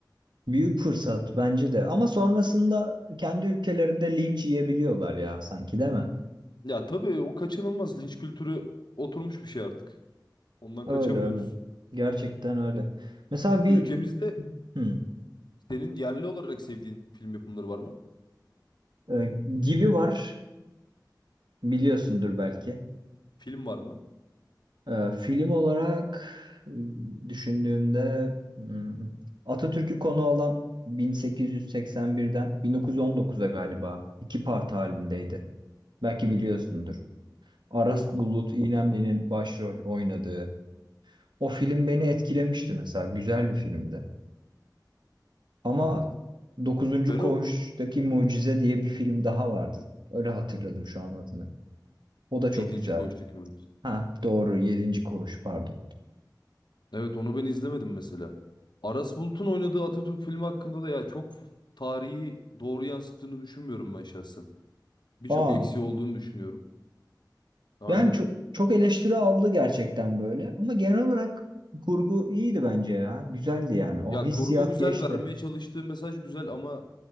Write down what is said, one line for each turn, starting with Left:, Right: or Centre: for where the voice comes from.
Right: Büyük fırsat bence de. Ama sonrasında kendi ülkelerinde linç yiyebiliyorlar ya sanki değil mi?
Left: Ya tabii o kaçınılmaz linç kültürü oturmuş bir şey artık. Ondan
Right: Öyle
Left: kaçamıyoruz.
Right: öyle. Gerçekten öyle. Mesela bir
Left: Ülkemizde
Right: hı,
Left: senin yerli olarak sevdiğin film yapımları var mı?
Right: e, gibi var biliyorsundur belki.
Left: Film var mı?
Right: Ee, film olarak düşündüğümde hmm, Atatürk'ü konu alan 1881'den 1919'a galiba iki part halindeydi. Belki
Left: Hı hı.
Right: biliyorsundur. Aras
Left: Biliyorum.
Right: Bulut İynemli'nin başrol oynadığı. O film beni etkilemişti mesela. Güzel bir filmdi. Ama
Left: Anladım.
Right: Dokuzuncu
Left: Ben
Right: Koğuş'taki
Left: o
Right: Mucize diye bir film daha vardı. Öyle hatırladım şu an adını. O da çok
Left: yedinci
Right: güzeldi.
Left: Koğuştaki mu?
Right: Ha doğru Yedinci Koğuş pardon.
Left: Evet onu ben izlemedim mesela. Aras Bulut'un oynadığı Atatürk filmi hakkında da ya çok f- tarihi doğru yansıttığını düşünmüyorum ben şahsen. Birçok
Right: Aa
Left: eksiği olduğunu düşünüyorum. Aynen.
Right: Yani çok çok eleştiri aldı gerçekten böyle. Ama genel olarak kurgu iyiydi bence ya. Güzeldi yani. O
Left: Ya
Right: hissiyat
Left: kurgu güzel,
Right: geçti.
Left: vermeye çalıştığı mesaj güzel ama